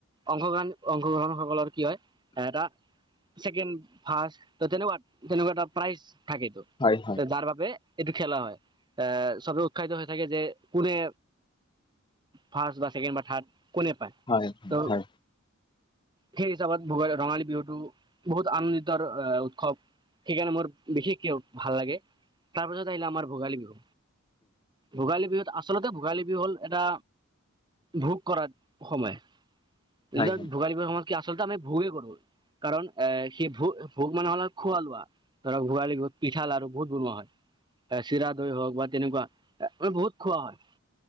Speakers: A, on the right; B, on the left.
A: অংশগ্ৰহণ অংশগ্ৰহণসকলৰ কি হয় এ এটা কেণ্ড ফাষ্ট ত তেনেকুৱা তেনেকুৱা এটা প্ৰাইজ থাকেটো,
B: হয়
A: যাৰ বাবে এইটো খেলা হয়, আহ চবে উৎসাহিত হৈ থাকে যে কোনে ফাষ্ট বা ছেকেণ্ড বা থাৰ্ড কোনে পায়
B: হয়
A: ত
B: হয়।
A: সেই হিচাপত ভোগী ৰঙালী বিহুতটো বহুত আনন্দিতৰ উৎসৱ, সেইকাৰণে মোৰ বিশেষকৈ ভাল লাগে। তাৰপাছত আহিলে আমাৰ ভোগালী বিহু ভোগালী বিহুত আচলতে ভোগালী বিহু হ'ল এটা ভোগ কৰাত সময়। এই
B: হয় হয়
A: ভোগালী সময়ত কি আচলতে আমি ভোগেই কৰো কাৰণ এ সেই ভ ভোক মানেহ হ'লে খুৱা লোৱা। ধৰা ভোগালি বিহুত পিঠা লাৰু বহুত বনোৱা হয়। এ চিৰা দৈ হওক বা তেনেকুৱা বহুত খোৱা হয়।